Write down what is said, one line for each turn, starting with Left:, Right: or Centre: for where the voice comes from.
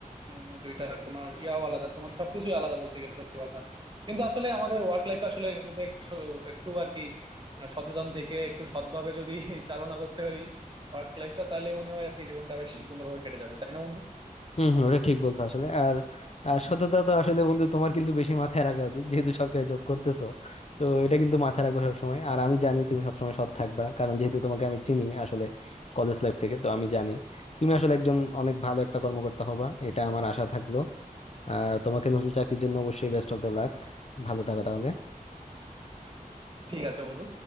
Right: উম, দুইটার তোমার ইয়াও আলাদা তোমার সবকিছুই আলাদা বলতে গেলে সত্যি কথা কিন্তু আসলে আমাদের ওয়ার্ক লাইফ আসলে নিজেদের একটু একটু আর কি সচেতন থেকে একটু সৎভাবে যদি <laughs> চালনা করতে পারি ওয়ার্ক লাইফটা তাহলে মনে হয় আর কি জীবনটা বেশ সুন্দরভাবে কেটে যাবে তাই না বন্ধু
Left: হম হম ওটা ঠিক বলছো আসলে আর আর সততা তো আসলে বন্ধু তোমার কিন্তু বেশি মাথায় রাখা উচিত যেহেতু সরকারি জব করতেছো তো এটা কিন্তু মাথায় রাখবে সবসময় আর আমি জানি তুমি সবসময় সৎ থাকবা কারণ যেহেতু তোমাকে আমি চিনি আসলে কলেজ লাইফ থেকে তো আমি জানি তুমি আসলে একজন অনেক ভালো একটা কর্মকর্তা হবা এটা আমার আশা থাকলো আর তোমাকে নতুন চাকরির জন্য অবশ্যই বেস্ট অফ দ্য লাক ভালো থাকো তাহলে
Right: ঠিক আছে বন্ধু